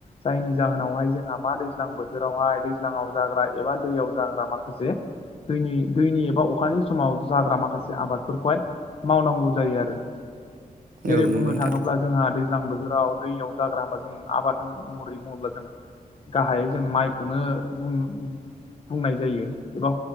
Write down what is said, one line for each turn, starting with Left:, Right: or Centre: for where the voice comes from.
Left: जायनि जाहोनावहाय जोंहा मा दैज्लां बोथोरावहाय दैज्लांआव जाग्रा एबा दैयाव जाग्रा माखासे दैनि दैनि एबा अखानि समाव जाग्रा माखासे आबादफोरखौहाय मावनांगौ जायो आरो जेरै
Right: औ नंगौ
Left: बुंनो
Right: नोंथां
Left: थाङोब्ला जोंहा दैज्लां बोथोर- -आव दैयाव जाग्रा होनोमबा जों आबाद महरै बुङोब्ला जों गाहाय जों माइखौनो बुङो बुंनाय जायो एबा